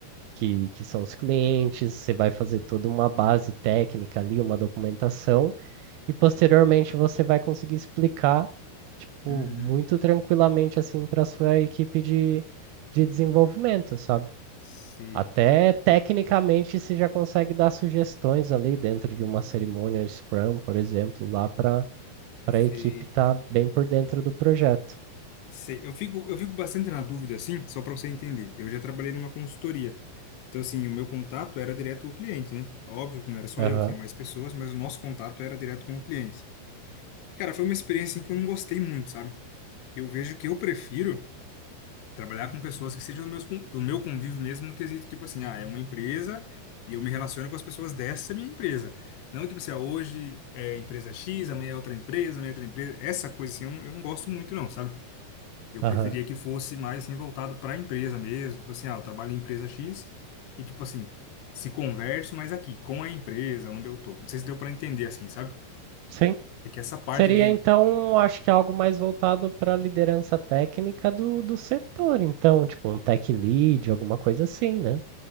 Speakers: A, on the right; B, on the left.
A: que, que são os clientes, você vai fazer toda uma base técnica ali, uma documentação. E posteriormente você vai conseguir explicar, tipo,
B: Uhum.
A: muito tranquilamente assim para sua equipe de, de desenvolvimento, sabe?
B: Sei,
A: Até tecnicamente você já consegue dar sugestões ali dentro de uma cerimônia Scrum, por exemplo, lá para para
B: sei,
A: a equipe estar bem por dentro do projeto.
B: sei. Eu fico, eu fico bastante na dúvida, assim, só para você entender. Eu já trabalhei numa consultoria. Então, assim, o meu contato era direto com o cliente, né? Óbvio que não era só
A: Aham,
B: eu, tinha mais pessoas, mas o nosso contato era direto com o cliente. Cara, foi uma experiência em que eu não gostei muito, sabe? Eu vejo que eu prefiro trabalhar com pessoas que sejam do meus con- do meu convívio mesmo, no quesito, tipo assim, ah, é uma empresa e eu me relaciono com as pessoas dessa minha empresa. Não, tipo assim, ah, hoje é empresa X, amanhã é outra empresa, amanhã é outra empresa. Essa coisa, assim, eu não, eu não gosto muito, não, sabe? Eu
A: aham.
B: preferia que fosse mais, assim, voltado para a empresa mesmo. Tipo assim, ah, eu trabalho em empresa X e, tipo assim, se converso, mas aqui, com a empresa, onde eu tô. Não sei se deu para entender, assim, sabe?
A: Sim.
B: É que essa parte
A: Seria
B: de
A: então, acho que algo mais voltado para a liderança técnica do, do setor, então, tipo um tech lead, alguma coisa assim, né?